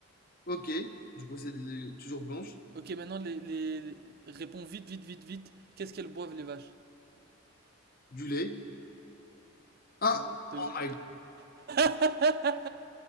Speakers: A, on the left; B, on the right.
A: Ok, du coup, c'est de- toujours blanche.
B: Ok, maintenant, les, les, réponds vite, vite, vite, vite. Qu'est-ce qu'elles boivent, les vaches?
A: Du lait. Ah!
B: Non, de
A: Oh
B: l'eau.
A: my god.
B: <laughs>